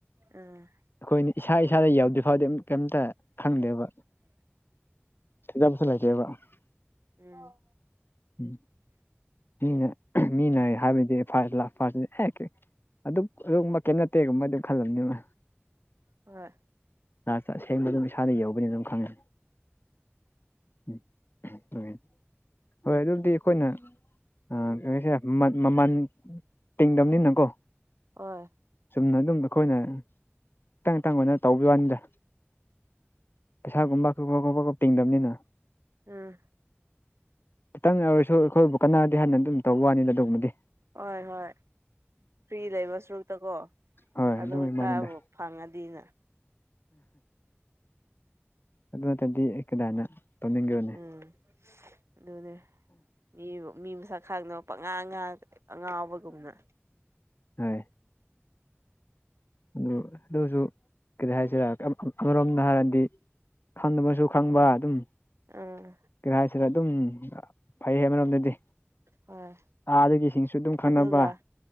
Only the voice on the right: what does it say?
ꯎꯝ
ꯎꯝ꯫
ꯍꯣꯏ
ꯍꫭꯏ꯫
ꯑꯥ꯫
ꯍꯣꯏ ꯍꯣꯏ ꯐ꯭ꯔꯤ ꯂꯩꯕ ꯁꯔꯨꯛꯇ ꯀꯣ
ꯑꯗꯨꯝ
ꯈꯔꯕꯨ
ꯐꯪꯉꯗꯤꯅ꯫
ꯎꯝ ꯑꯗꯨꯅꯦ ꯃꯤ ꯃꯤ ꯃꯁꯛ ꯈꯪꯗꯅ ꯄꯉꯥ ꯉꯥ ꯑꯉꯥꯎꯕꯒꯨꯝꯅ
ꯑꯥ
ꯍꯣꯏ
ꯑꯗꯨꯒ